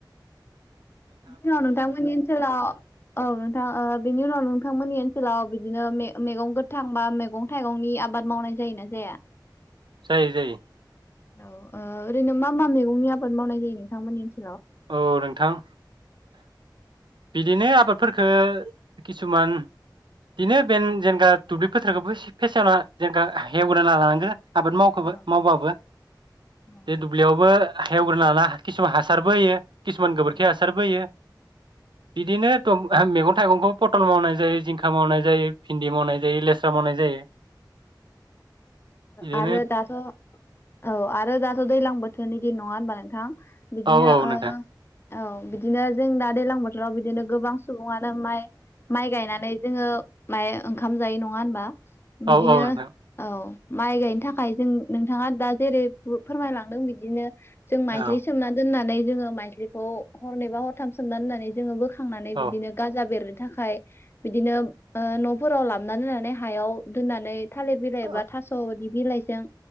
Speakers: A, on the left (about 30°); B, on the right (about 80°).
A: बेनि उनाव नोंथांमोननि ओनसोलाव औ नोंथां ओ बेनि उनाव नोंथांमोननि ओन ओनसोलाव बिदिनो मे- मेगं गोथां बा मेगं थाइगंनि आबाद मावनाय जायोना जाया?
B: जायो जायो
A: औ ओ ओरैनो मा मा मैगंनि आबाद मावनाय जायो नोंथांमोननि ओन
B: औ नोंथां बिदिनो आबादफोरफोरखो किसुमान बिदिनो बे जेनेखा दुब्लि फोथारखौबो फेसेवना जेन हेवना लानांगो। आबाद मावखो
A: औ
B: मावबाबो
A: औ
B: बे दुब्लियावबो हेवग्रोन ना किसुमान हासारबो होयो। किसुमान गोबोरखि
A: औ
B: हासारबोयो बिदिनो मैगं थायगंखौ पटल मावनाय जायो जिंखा मावनाय जायो। भिन्दि मावनाय जायो लेस्रा मावनाय जायो बिदिनो
A: आरो दाथ' औ आरो दाथ' दैज्लां बोथोरनि दिन नङा होनबा नोंथा? बिदिनो
B: औ औ
A: औ
B: नोंथां
A: बिदिनो जों दा दैज्लां बोथोर राव बिदिनो गोबां सुबुङानो माइ माइ गायनानै जोङो माइ ओंखाम जायो नङा होनबा? बिदिनो
B: औ औ नोंथां
A: औ। माइ गायनो थाखाय जों नोंथाङा दा जेरै फोरमायलांदों बिदिनो। जों माइज्लि
B: औ
A: सोमना दोननानै। जोङो माइस्लिखौ हरनैबा हरथाम सोमनानै दोननानै जोङो बो खांनानै बिदिनो
B: औ
A: गारजा बेरनो थाखाय बिदिनो ओ न' -फोराव लाबनानै दोननानै हायाव दोननानै थालिर बिलाइ
B: औ
A: बा थास' बिदि बिलाइजों